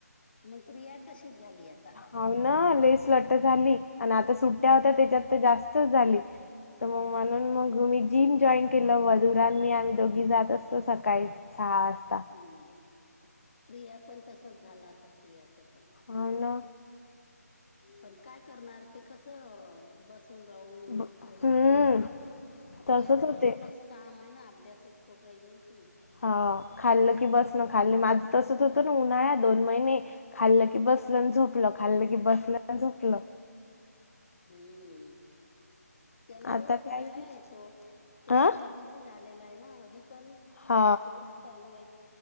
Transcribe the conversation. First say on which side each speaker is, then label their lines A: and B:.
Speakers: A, on the left; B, on the left.
A: मग प्रिया तशीचं झाली आता.
B: हाव ना लईचं लट्ट झाली आणि आता सुट्ट्या होत्या त्याच्यात तर जास्तच झाली. तर मग म्हणून मग मी जिम जॉईन केलं मधुरा आणि आणि मी आम्ही दोघी जात असतो सकाळीच. सहा वाजता.
A: हम्म प्रिया पण तसच झालं आता प्रियाचं पण
B: हो ना
A: पण काय करणार ते कस बस सून राहून
B: ब
A: हे करून
B: हम्म
A: तसचं होतय प्रियाचं
B: तसच होते.
A: बसूनच काम हेना अभ्यास स्कूरून राहिली ना ती.
B: ह खाल्लं की बसन खाल्ल माझं तसंच होतं ना उन्हाळ्यात दोन महिने खाल्ल की बसलं आणि झोपलं खाल्लं की बसलं आणि झोपलं.
A: हम्म त्याला वेळ
B: आता काही
A: कुठे आहे
B: नाही.
A: तो तो
B: अ
A: सध्या बीझी झालेला आहे ना अभी पण
B: हो
A: ते कोर्स चालू आहे